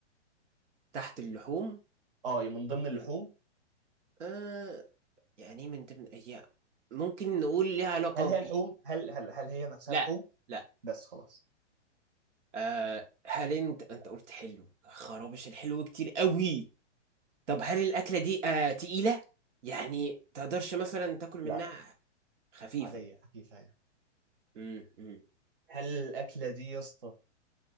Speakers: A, on the right (about 75°); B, on the right (about 50°).
A: تحت اللحوم
B: اه من ضمن اللحوم
A: آه يعني إيه من ضمن هي ممكن نقول ليها علاقة
B: هل هي لحوم هل هل هل هي نفسها
A: لا
B: لحوم
A: لا
B: بس خلاص
A: آه هل انت انت قلت حلو خرابش الحلو كتير قوي طب هل الاكله دي آه تقيله يعني تقدرش مثلا تاكل منها
B: لا
A: خفيفه
B: عاديه خفيفه يعني
A: امم أمم.
B: هل الاكله دي يا اسطى